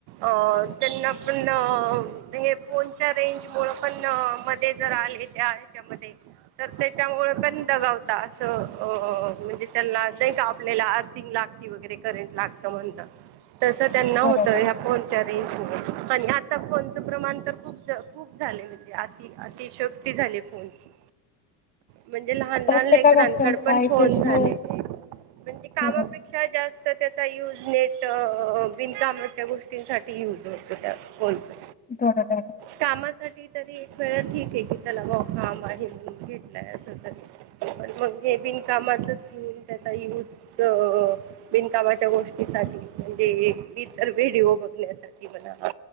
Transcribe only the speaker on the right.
अ त्यांना पण हे फोनच्या रेंज मुळ पण म ते जर आले ते याच्या मध्ये तर त्याच्यामुळे पण दगावता असं अ म्हणजे त्यांना नाही का आपलेला आर्थिग लागते वगैरे करंट लागत म्हणत तस त्यांना होतं
ह फोन रेन्जमूळ पण आता फोनच प्रमाण तर खूप जास्त खूप झाले म्हणजे अति अतिशयोक्ती झाली फोनची म्हणजे लहान
लहान लेकरांकड
पण
फोन झाले
म्हणजे कामापेक्षा
पेक्षा जास्त त्या चा यूज नेट बिनकामाच्या गोष्टींसाठी यूज होतो त्या फोनचा
कामासाठी तरी एक वेळा ठीक आहे की त्याला हो काम आहे म भेटलाय असं तरी मग हे बिनकामाच स्क्रीन त्याचा यूज बिनकामा गोष्टीसाठी म्हणजे ईतर व्हिडिओ बघण्यासाठी ब